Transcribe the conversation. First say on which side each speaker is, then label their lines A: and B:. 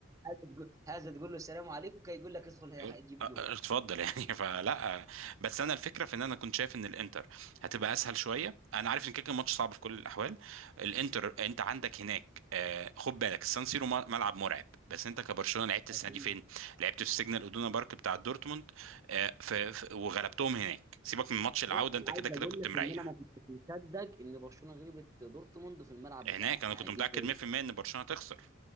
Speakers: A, on the right (about 15°); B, on the right (about 70°).
A: هذا تقول هذا تقول له السلام عليكم كي يقول لك ادخل ه-
B: يقول
A: هجيب
B: أ- أ-
A: جول
B: اتفضل يعني <laughs> فلا بس انا الفكره في ان انا كنت شايف ان الانتر هتبقى اسهل شويه انا عارف ان كده كده الماتش صعب في كل الاحوال الانتر انت عندك هناك آه، خد بالك السان سيرو م- ملعب مرعب بس انت كبرشلونه لعبت السنه
A: أكيد.
B: دي فين لعبت في سيجنال ادونا بارك بتاع دورتموند آه، في في- وغلبتهم هناك سيبك من ماتش العوده
A: بص
B: انت
A: انا
B: كده
A: عايز
B: كده
A: اقول
B: كنت
A: لك
B: مريح
A: ان انا ما كنتش مصدق ان برشلونه غلبت دورتموند في الملعب
B: هناك
A: بتاعهم
B: انا
A: يعني
B: كنت متاكد
A: دي كانت
B: 100% ان برشلونه تخسر